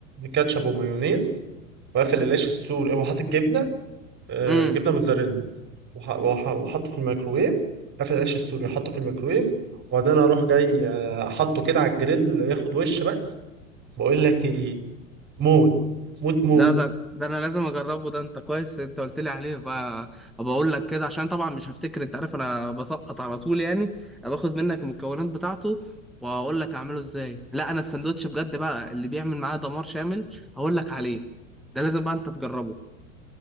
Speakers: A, on the right; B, in the centre.
A: كاتشب ومايونيز وقافل العيش السوري وحاطط جبنه آه،
B: امم
A: جبنه موتزاريلا وح- وح- وحطه في الميكروويف قفل العيش السوري حطه في الميكروويف وبعدين اروح جاي آه، حطه كده على الجريل ياخد وش بس بقول لك ايه موت موت موت
B: لا ده ده انا لازم اجربه ده انت كويس انت قلت لي عليه بقى ابقى اقول لك كده عشان طبعا مش هفتكر انت عارف انا بسقط على طول يعني باخد منك المكونات بتاعته واقول لك اعمله ازاي لا انا الساندوتش بجد بقى اللي بيعمل معاه دمار شامل هقول لك عليه ده لازم بقى انت تجربه